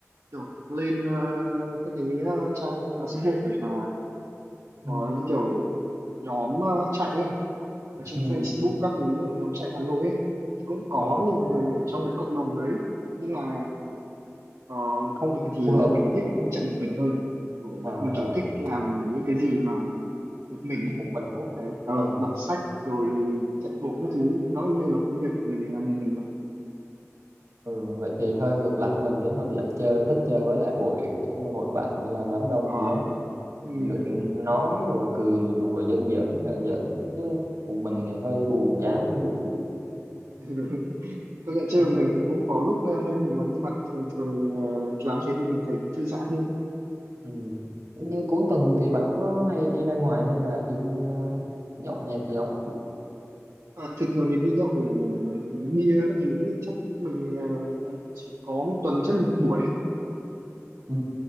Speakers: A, on the right; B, on the right.
A: kiểu lên ờ, các cái ờ, trang mạng xã hội mà
B: Ừ,
A: có những kiểu nhóm ờ, chạy ấy, ở trên
B: ừ,
A: Facebook các thứ ở nhóm chạy Hà Nội ấy, thì cũng có
B: ờ,
A: nhiều người ở trong cái cộng đồng đấy nhưng mà ờ,
B: không
A: mình thì
B: phù hợp.
A: mình
B: với
A: thích chạy một mình hơn ừ,
B: À,
A: mình kiểu
B: ờ,
A: thích làm những cái gì mà một mình ấy
B: một mình đúng không?
A: Đấy, ờ,
B: Ờ,
A: đọc sách rồi chạy bộ các thứ nó cũng đều là công việc mình làm một mình mà
B: ừ, vậy thì hơi ngược lại với mình thì mình lại chơi thích chơi với lại hội hội bạn hay là đám đông
A: Ờ,
B: gì đó
A: ừ.
B: được nói rồi cười đùa giỡn giỡn là giỡn chứ một mình thì hơi buồn chán đúng không?
A: <laughs> công nhận chưa
B: nhưng
A: mình
B: mà
A: cũng có lúc ờ, hơi buồn nhưng mà thường thường ờ, làm thế thì mình thấy cũng thư giãn hơn
B: ừ. như cuối tuần thì bạn có hay đi ra ngoài hay là đi ờ, nhậu nhẹt gì không
A: À, thì thường thì đi nhậu bia các thứ thì chắc mình ờ, chỉ có một tuần chắc được một buổi
B: ừ.